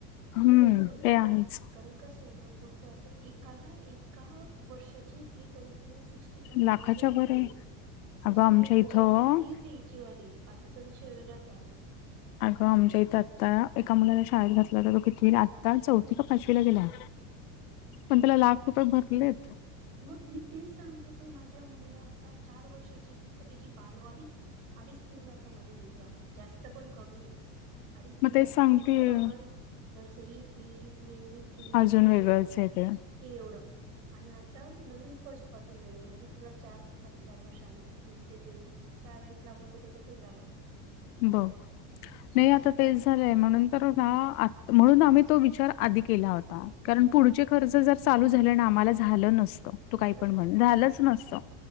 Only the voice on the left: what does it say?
हम्म
ते आहेच
लाखाच्या
वर आहे
अगं आमच्या
इथं
अगं आमच्या इथं आता, एका मुलाला शाळेत घातला त आता चौथी का पाचवीला गेल्याय, पण त्याला लाख रुपये भरलेत.
मग
तेच
सांगतेय
अजून
वेगळंच आहे ते
बघ. नाही आता तेच झालंय, म्हणून तर ना म्हणून आम्ही तो विचार आधी केला हो ता. कारण
पुढचे खर्च जर चालू झाले ना, आम्हाला झालं नसतं तू काही
पण म्हण.
झा लाच नसत.